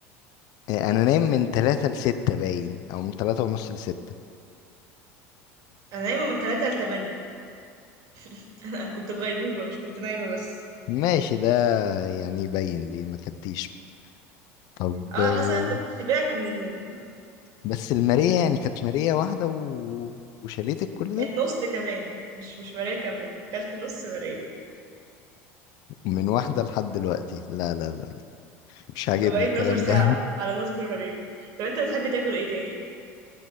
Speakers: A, on the left (about 65°); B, on the right (about 60°).
A: آه، انا نايم من تلاتة لستة باين او من تلاتة ونص لستة
B: انا نايمه من 3 ل 8 <laughs> انا كنت في غيبوبه مش كنت نايمه بس
A: ماشي ده يعني يبين ليه ما اكلتيش طب
B: اه
A: آه،
B: حاسه كنت شبعت من النوم
A: بس الماريه يعني كانت ماريه واحده و... وشاليتك كل
B: كانت
A: ده
B: نص كمان مش مش مرايه كامله اكلت نص مرايه
A: من واحده لحد دلوقتي لا لا لا مش عاجبني
B: بقيت
A: الكلام
B: 12 ساعه
A: ده
B: على على نص مرايه طب انت بتحب تاكل ايه تاني